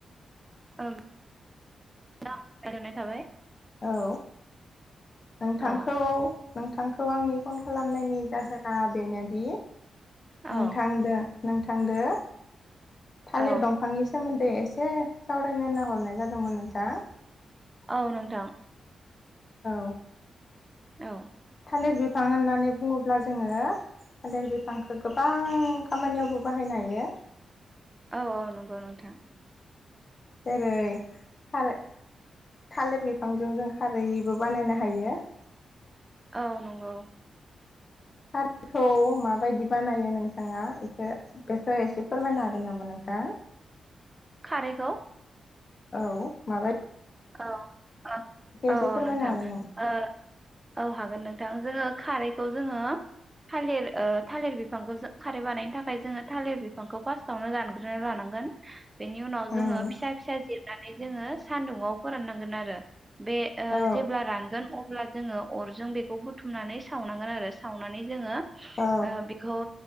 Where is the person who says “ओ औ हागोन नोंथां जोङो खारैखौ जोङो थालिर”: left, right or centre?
Right